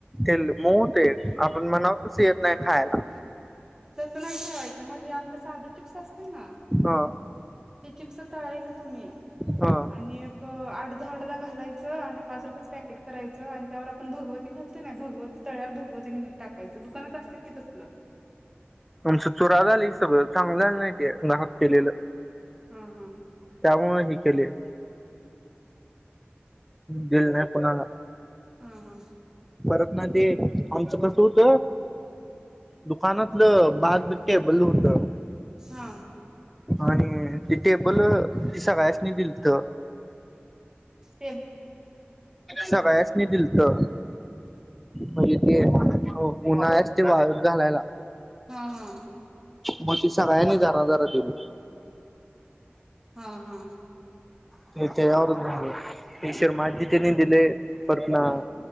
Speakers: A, in the centre; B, on the right (about 15°).
A: तेल मऊ ते आप पण म्हणावतस येत नाय खायला
B: तस नाही ठेवायचं मग हे आपलं साधं चिप्स असतय ना,
A: हा
B: ते चिप्स तळायच तुम्ही
A: हा
B: आणि एक आठ दहा त्याला घालायचं आणि पाच रुपयाच पॅकेट करायचं आणि त्यावर आपण भगवती घालतो ना भगव तळ्यावर भगवत आणि मीठ टाकायचं दुकानात असत की तसलं
A: आमच चुरा झाली सगळं चांगलल नाय ते नाहक केलेलं
B: हा हा
A: त्यामुळं हि केले दिलं नाय कोणाला
B: हा हा
A: परत ना ते आमचं कसं होत दुकानातलं बाग केबल होत
B: हा
A: आणि ती टेबल ती सगळ्यांसनी नि दिलत
B: <inaudible>
A: सगळ्यासनी दिलत त म येते हो उन्हाळया साठी वाळत घालायला
B: हा, हा.
A: म ती सगळ्यांनी जरा, जरा दिली.
B: हा हा.
A: <unintelligible> ते शर्माजी तेनी दिले परतना
B: हा